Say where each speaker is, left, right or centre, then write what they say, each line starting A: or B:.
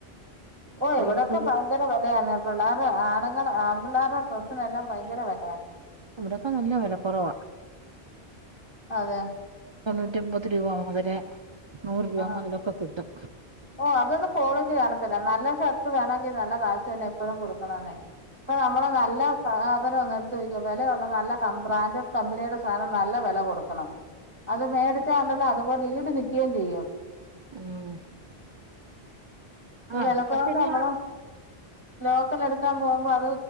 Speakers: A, on the right (about 30°); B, on the right (about 45°).
A: ഓ
B: തയ്യക്കൂലി
A: ഇവിടൊക്കെ ഭയങ്കര വിലയാണ് ആ പിള്ളേരുടെ ആണുങ്ങടെ ആൺ പിള്ളേരുടെ ഡ്രസ്സിനെല്ലാം ഭയങ്കര വിലയാണ്.
B: ഇവിടൊക്കെ നല്ല വില കുറവാണ്.
A: അതെ
B: തൊണ്ണൂറ്റൊമ്പത് രൂപ മുതല് നൂറ് രൂപ
A: ആ
B: മുതലൊക്കെ കിട്ടും.
A: ഓ അതൊന്നു ക്വാളിറ്റി കാണത്തില്ല. നല്ല ഷർട്ട് വേണമെങ്കിൽ നല്ല കാശ് തന്നെ എപ്പോഴും കൊടുക്കണേന്നേ. ഇപ്പൊ നമ്മള് നല്ല സാധനം ഒന്നു എടുത്ത് നോക്കിയേ വിലയുള്ള നല്ല ബ്രാൻഡഡ് കമ്പനിയുടെ സാധന നല്ല വില കൊടുക്കണം. അത് മേടിച്ചാ ഒണ്ടല്ലോ അതുപോലെ ഈട് നിൽക്കുകയും ചെയ്യും.
B: ഉം
A: ഈ
B: ആഹ്
A: വിലക്കുറവ്
B: അതൊക്കെ ശരിയാ
A: നമ്മള ലോക്കൽ എടുക്കാൻ പോകുമ്പോ അത്